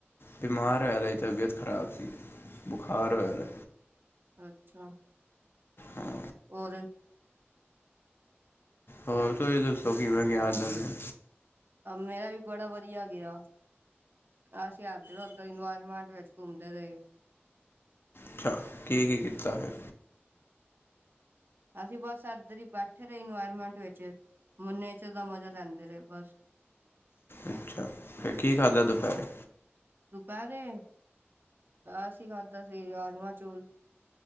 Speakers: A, on the left; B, on the right.
A: ਬਿਮਾਰ ਹੋਇਆ ਪੈ ਤਬੀਅਤ ਖਰਾਬ ਸੀ ਬੁਖਾਰ ਹੋਇਆ ਪਿਆ।
B: ਅੱਛਾ।
A: ਹਾਂ।
B: ਹੋਰ?
A: ਹੋਰ ਤੁਸੀਂ ਦੱਸੋ ਕਿਵੇਂ ਗਿਆ ਅੱਜ ਦਾ ਦਿਨ?
B: ਮੇਰਾ ਵੀ ਬੜਾ ਵਧੀਆ ਗਿਆ। ਅਸੀਂ ਇੱਧਰ- ਉਧਰ ਇਨਵਾਇਰ ਮਾੱਟ ਵਿੱਚ ਘੁੰਮਦੇ ਰਹੇ।
A: ਅੱਛਾ ਕੀ- ਕੀ ਕੀਤਾ ਫੇਰ
B: ਅਸੀਂ ਬਸ ਇਧਰ ਈ ਬੈਠੇ ਰਹੇ ਇਨਵਾਇਰਮੈਂਟ ਵਿੱਚ ਨੇਚਰ ਦਾ ਮਜਾ ਲੈਂਦੇ ਰਹੇ, ਬਸ।
A: ਅੱਛਾ, ਫੇਰ ਕੀ ਖਾਧਾ ਦੁਪਹਿਰੇ?
B: ਦੁਪਹਿਰੇ, ਅਸੀਂ ਖਾਧਾ ਸੀ ਰਾਜਮਾਂ- ਚੋਲ।